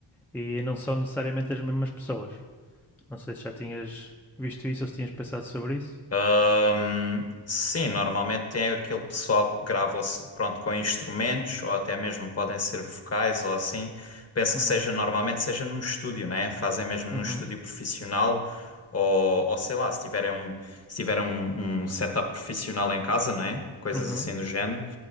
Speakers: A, in the centre; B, on the left (about 35°).
A: E não são necessariamente as mesmas pessoas. Não sei se já tinhas visto isso ou se tinhas pensado sobre isso.
B: Ahm, sim, normalmente tem aquele pessoal que grava o s- pronto, com instrumentos ou até mesmo podem ser vocais ou assim. Penso
A: Uhum,
B: que seja normalmente seja num estúdio, né? Fazem mesmo num
A: uhum,
B: estúdio profissional ou, ou sei lá, se tiverem um, se tiverem um, um setup profissional em casa, né? Coisas
A: uhum,
B: assim do género.